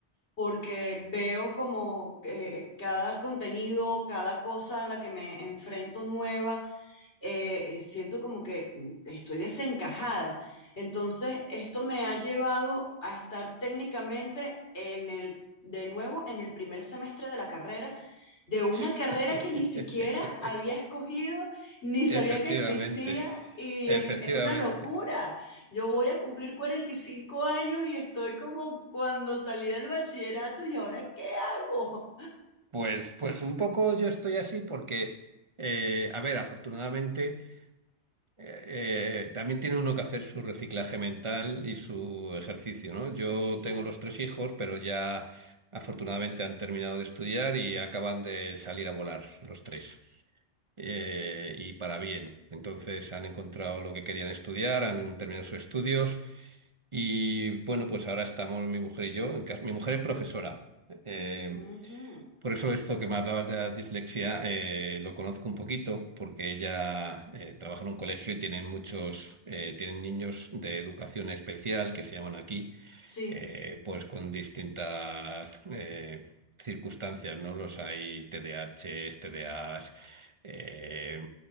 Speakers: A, on the left; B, on the right.
A: porque veo como eh, cada contenido, cada cosa a la que me enfrento nueva, eh, eh, siento como que mm, estoy desencajada. Entonces, esto me ha llevado a estar técnicamente en el, de nuevo, en el primer semestre de la carrera de una
B: <laughs>
A: carrera que ni siquiera había escogido, ni sabía
B: Efectivamente,
A: que existía, y
B: efectivamente.
A: es, es, una locura. Yo voy a cumplir 45 años y estoy como cuando salí del bachillerato y ahora ¿qué hago?
B: Pues, pues un poco yo estoy así porque, eh, a ver, afortunadamente eh, eh, también tiene uno que hacer su reciclaje mental y su ejercicio, ¿no? Yo
A: Sí,
B: tengo los tres hijos, pero ya afortunadamente han terminado de estudiar y acaban de salir a volar los tres. eh, y para bien. Entonces han encontrado lo que querían estudiar, han terminado sus estudios. Y bueno, pues ahora estamos mi mujer y yo. en casa. Mi mujer es profesora. Eh,
A: ujú,
B: por eso esto que me hablabas de la dislexia eh, lo conozco un poquito, porque ella eh, trabaja en un colegio y tienen muchos, eh, tienen niños de educación especial, que se llaman aquí,
A: Sí,
B: eh, pues con distintas eh, circunstancias, ¿no? Los hay TDAHs, TDAs, eh,